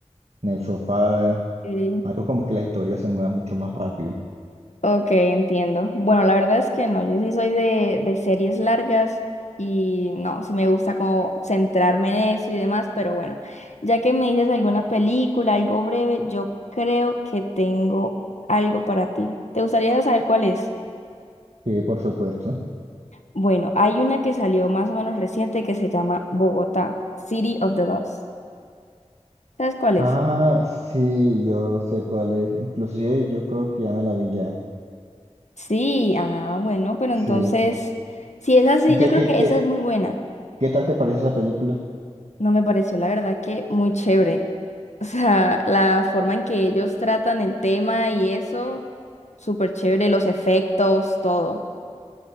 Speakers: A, on the right (about 65°); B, on the left (about 80°).
A: en el sofá,
B: Sí.
A: algo como que la historia se mueva mucho más rápido.
B: Ok, entiendo. Bueno, la verdad es que no, yo sí soy de, de series largas y no, sí me gusta como centrarme en eso y demás, pero bueno, ya que me dices alguna película, algo breve, yo creo que tengo algo para ti. ¿Te gustaría saber cuál es?
A: Sí, por supuesto.
B: Bueno, hay una que salió más o menos reciente que se llama Bogotá, City of the Lost. ¿Sabes cuál
A: Ah,
B: es?
A: sí, yo sé cuál es. Inclusive yo creo que ya me la vi ya.
B: Sí, ah, bueno, pero entonces,
A: Sí.
B: si es así,
A: ¿Y ¿Qué,
B: yo creo
A: qué,
B: que
A: qué,
B: esa es muy buena.
A: qué tal te pareció esa película?
B: No me pareció, la verdad, que muy chévere. <laughs> O sea, la forma en que ellos tratan el tema y eso, súper chévere, los efectos, todo.